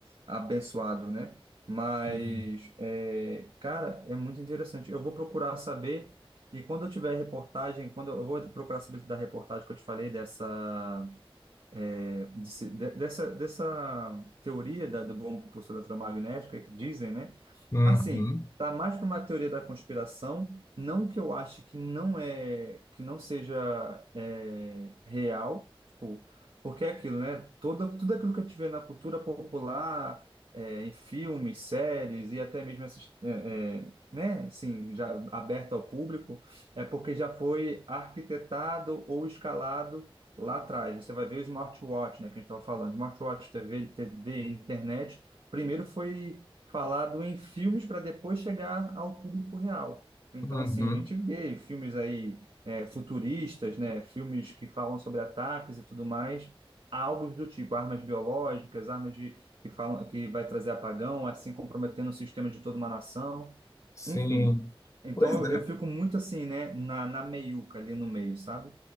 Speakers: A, on the right (about 60°); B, on the left (about 30°).
A: abençoado, né? Mas
B: Uhum,
A: é, cara, é muito interessante. Eu vou procurar saber e quando eu tiver reportagem, quando eu, eu vou procurar saber da reportagem que eu te falei dessa é, de se- de- dessa, dessa teoria da, do bom impulso eletromagnético, é que dizem, né?
B: uhum,
A: Assim, tá mais para uma teoria da conspiração, não que eu ache que não é, que não seja é, real, tipo, porque é aquilo, né? Todo, tudo aquilo que a gente vê na cultura popular, é, em filmes, séries e até mesmo essas, é, é, né? Assim, já aberto ao público, é porque já foi arquitetado ou escalado lá atrás, você vai ver o smartwatch, né, que a gente estava falando, smartwatch, TV, TV, internet, primeiro foi falado em filmes para depois chegar ao público real. Então,
B: uhum,
A: assim, a gente vê filmes aí é, futuristas, né, filmes que falam sobre ataques e tudo mais, algo do tipo, armas biológicas, armas de, que falam que vai trazer apagão, assim comprometendo o sistema de toda uma nação,
B: sim.
A: enfim. Então,
B: Pois
A: eu,
B: é.
A: eu fico muito assim, né, na, na meiuca ali no meio, sabe?